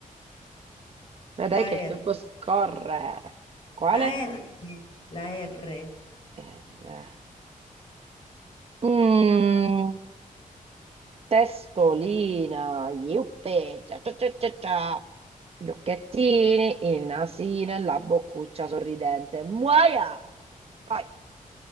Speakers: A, on the right; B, on the left.
A: Vedrai
B: La
A: che il
B: R,
A: tempo scorre. Quale?
B: la R, la R.
A: Eh, beh. Mm. Testolina, iuppe, cia cia cia cia cia, gli occhettini, il nasino e la boccuccia sorridente. Muoia! Poi